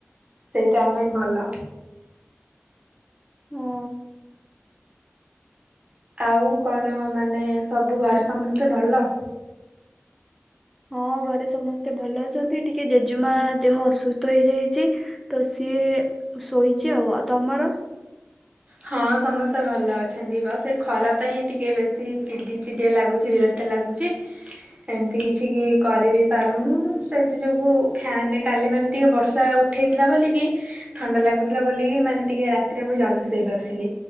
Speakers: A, on the right (about 25°); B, in the centre.
A: ସେଇଟା ଆମ ପାଇଁ ଭଲ।
B: ହୁଁ।
A: ଆଉ କଣ ମାନେ ସବୁ ଘରେ ସମସ୍ତେ ଭଲ।
B: ହଁ ଘରେ ସମସ୍ତେ ଭଲ ଅଛନ୍ତି ଟିକେ ଜେଜେମା ଦେହ ଅସୁସ୍ଥ ହେଇଯାଇଚି। ତ ସିଏ ଶୋଇଛି ଆଉ ଆଉ ତମର?
A: ହଁ ସମସ୍ତେ ଭଲ ଅଛନ୍ତି ବାସ୍ ଏଇ ଖରା ପାଇଁ ଟିକେ ବେଶୀ ଚିଡି ଚିଡିଆ ଲାଗୁଚି ବିର କ୍ତିଆ ଲାଗୁଛି। ଏମିତି କିଛି କି କରିିବି ପାରୁନୁ ସେଥି ଯୋଗୁ ଫ୍ୟାନେ କାଲି ମାନେ ଟିକେ ବର୍ଷା ଉ ଠେଇଥିଲା ବୋଲିକି ଥଣ୍ଡା ଲାଗୁଥୁଲା ବୋଲିକି ମାନେ ଟିକେ ରାତିରେ ମୁଁ ଜଲ୍ଦୀ ସୋଇ ପା ଥିଲି